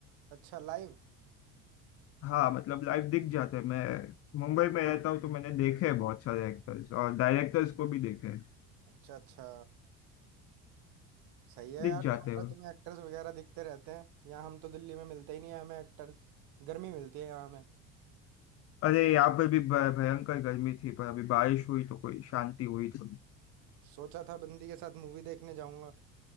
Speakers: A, on the right (about 65°); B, on the left (about 40°).
A: अच्छा लाइव
B: हाँ मतलब लाइव दिख जाते हैं मैं मुंबई में रहता हूँ तो मैंने देखे हैं बहुत सारे एक्टर्स और डायरेक्टर्स को भी देखे हैं
A: अच्छा अच्छा सही है
B: दिख
A: यार
B: जाते
A: तुम्हारा
B: हैं
A: तुम्हें एक्टर्स वगैरह दिखते रहते हैं यहाँ हम तो दिल्ली में मिलते ही नहीं है हमें एक्टर्स गर्मी मिलती है यहाँ हमें
B: अरे यहाँ पर भी भ- भयंकर गर्मी थी पर अभी बारिश हुई तो कोई शांति हुई थोड़ी
A: सोचा था बंदी के साथ मूवी देखने जाऊंगा